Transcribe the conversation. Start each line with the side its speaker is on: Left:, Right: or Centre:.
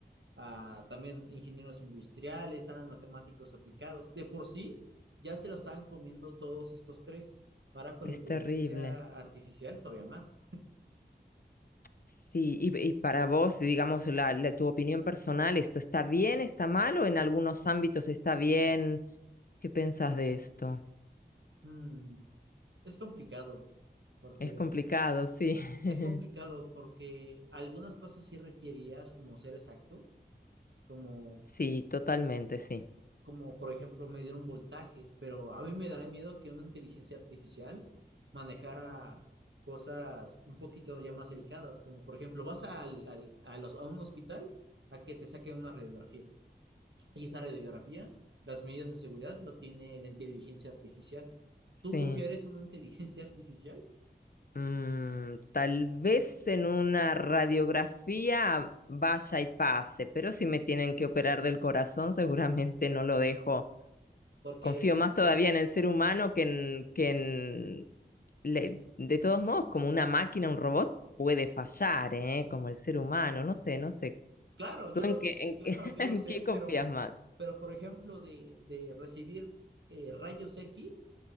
Right: a también ingenieros industriales, estaban matemáticos aplicados. De por sí, ya se lo estaban comiendo todos estos tres. Ahora con
Left: es
Right: la inteligencia
Left: terrible.
Right: artificial todavía más.
Left: Sí, y, y para vos, digamos, la, la- tu opinión personal, ¿esto está bien, está mal o en algunos ámbitos está bien? ¿Qué pensás de esto?
Right: Mm, es complicado porque
Left: Es complicado, sí. <laughs>
Right: es complicado porque algunas cosas sí requerías como ser exacto, como
Left: Sí, totalmente, sí.
Right: como por ejemplo medir un voltaje, pero a mí me dará miedo que una inteligencia artificial manejara cosas un poquito ya más delicadas, como por ejemplo vas al- al- a, los, a un hospital a que te saquen una radiografía. Y esta radiografía, las medidas de seguridad lo tiene la inteligencia artificial.
Left: Sí.
Right: ¿Tú confiarías en una inteligencia artificial?
Left: Mm, tal vez en una radiografía vaya y pase, pero si me tienen que operar del corazón, seguramente no lo dejo.
Right: Porque
Left: Confío más todavía en el ser humano que en, que en... le- De todos modos, como una máquina, un robot puede fallar, ¿eh? Como el ser humano, no sé, no sé.
Right: Claro, yo
Left: ¿Tú
Right: lo,
Left: en qué, en
Right: claro,
Left: qué, <laughs>
Right: yo
Left: en
Right: lo sé,
Left: qué confías
Right: pero,
Left: más?
Right: pero por ejemplo, de, de recibir eh, rayos X